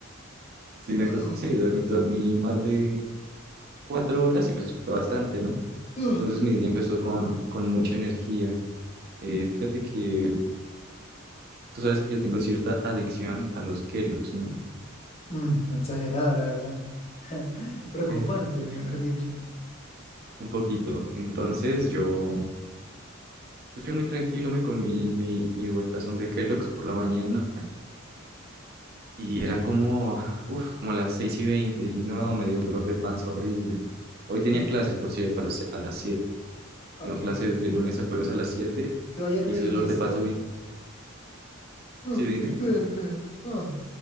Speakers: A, on the right; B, on the left.
A: Sin
B: Ah,
A: acost- sí, dormí, dormí más de cuatro horas y pues eso fue bastante, ¿no?
B: ah.
A: Entonces mi día empezó con, con mucha energía. Eh, fíjate que tú sabes que yo tengo cierta adicción a los Kellogg's, ¿no?
B: Mm, exagerada, la verdad. <laughs> Preocupante,
A: <laughs>
B: mejor dicho.
A: Un poquito. Entonces yo, pues yo muy tranquilo me comí mi, mi buen tazón de Kellogg's por la mañana Y era como, uff, como a las 6 y 20 y no, me dio un dolor de panza horrible. Hoy tenía
B: <laughs>
A: clases, por cierto, a las, a las siete
B: Ok,
A: Tengo clases de lunes a jueves a las 7
B: tú ayer
A: y
B: me
A: ese
B: dijiste
A: dolor de panza me...
B: Ah,
A: Sí, dime.
B: espera, espera. Ah.